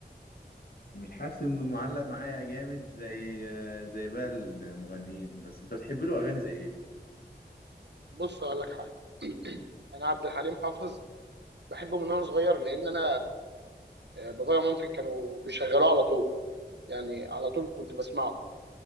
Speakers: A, on the left; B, on the right.
A: مش حاسس انه معلق معايا جامد زي زي بقى المغنيين بس انت بتحب له اغاني زي ايه
B: بص اقول لك حاجه انا عبد الحليم حافظ بحبه من وانا صغير لان انا آه، بابايا ومامتي كانوا بيشغلوه على طول يعني على طول كنت بسمعه